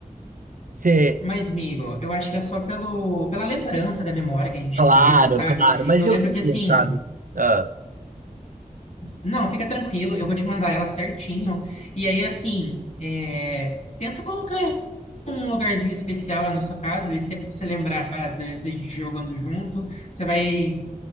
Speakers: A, on the right; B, on the left.
A: Você,
B: mas, amigo, eu acho que é só pelo, pela lembrança da memória que a gente
A: claro,
B: teve, sabe?
A: claro, mas
B: Eu lembro
A: eu queria,
B: que assim,
A: sabe? Ah,
B: não, fica tranquilo, eu vou te mandar ela certinho. E aí, assim, é, tenta colocar um lugarzinho especial na sua casa, ele sempre pra você lembrar de, de gente jogando junto, você vai